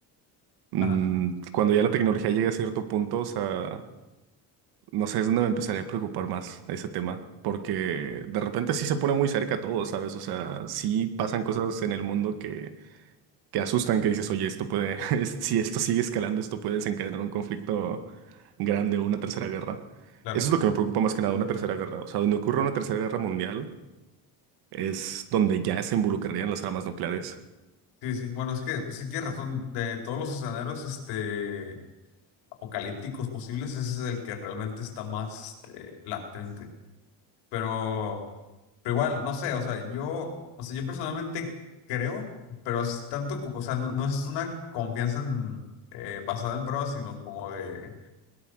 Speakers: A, on the right (about 65°); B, on the left (about 85°).
A: mm,
B: Ajá,
A: cuando ya la tecnología llegue a cierto punto, o sea, no sé, es donde me empezaría a preocupar más ese tema, porque de repente sí se pone muy cerca todo, ¿sabes? O sea, sí pasan cosas en el mundo que, que asustan, que dices, oye, esto puede, <laughs> es- si esto sigue escalando, esto puede desencadenar un conflicto grande o una tercera guerra.
B: claro.
A: Eso es lo que me preocupa más que nada, una tercera guerra. O sea, donde ocurra una tercera guerra mundial es donde ya se involucrarían las armas nucleares.
B: Sí, sí. Bueno, es que sí tienes razón. De todos los escenarios este, apocalípticos posibles, ese es el que realmente está más este, latente. Pero, pero igual, no sé, o sea, yo, o sea, yo personalmente creo, pero es tanto, como- o sea, no, no es una confianza en, eh, basada en pruebas, sino como de